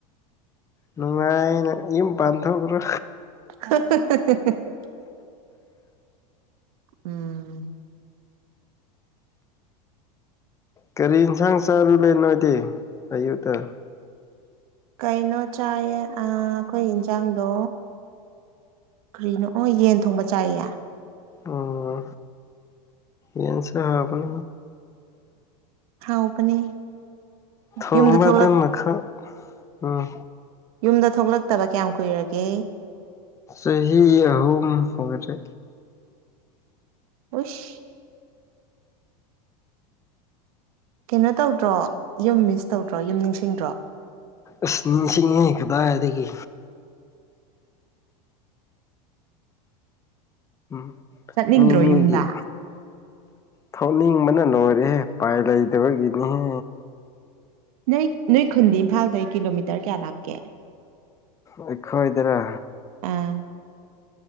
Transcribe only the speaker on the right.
<inaudible> ꯎꯝ
ꯀꯩꯅꯣ ꯆꯥꯏꯌꯦ ꯑꯩꯈꯣꯏ ꯌꯦꯟꯁꯥꯡꯗꯣ ꯀꯔꯤꯅꯣ ꯑꯣ ꯌꯦꯟ ꯊꯣꯡꯕ ꯆꯥꯏꯌꯦ
ꯍꯕꯅꯤ
ꯌꯨꯝꯗ ꯊꯣꯛꯂꯛ
ꯌꯨꯝꯗ ꯊꯣꯛꯂꯛꯇꯕ ꯀꯌꯥꯝ ꯀꯨꯏꯔꯒꯦ
ꯈꯁ ꯀꯩꯅꯣ ꯇꯧꯗ꯭ꯔꯣ ꯌꯨꯝ ꯃꯤꯁ ꯇꯧꯗ꯭ꯔꯣ ꯌꯨꯝ ꯅꯤꯡꯁꯤꯡꯗ꯭ꯔꯣ
ꯆꯠꯅꯤꯡꯗ꯭ꯔꯣ
ꯌꯨꯝꯗ
ꯅꯣꯏ ꯅꯣꯏ ꯈꯨꯟꯗꯤ ꯏꯝꯐꯥꯜꯗꯩ ꯀꯤꯂꯣꯃꯤꯇꯔ ꯀꯌꯥ ꯂꯥꯛꯀꯦ
ꯑꯥ